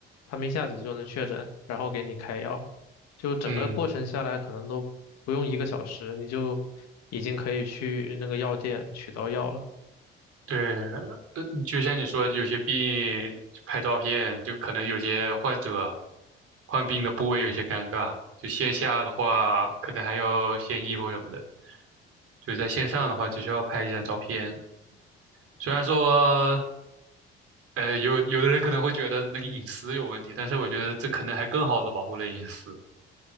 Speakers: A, on the left; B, on the right.
A: 他们一下子就能确诊，然后给你开药。就整个过程下来，
B: 嗯，
A: 可能都不用一个小时，你就已经可以去那个药店取到药了。
B: 对，就像你说的，有些病拍照片，就可能有些患者患病的部位有些尴尬，就线下的话，可能还要献衣服什么的，就是在线上的话，只需要拍一张照片。虽然说呃，有有的人可能会觉得那个隐私有问题，但是我觉得这可能还更好的保护了隐私，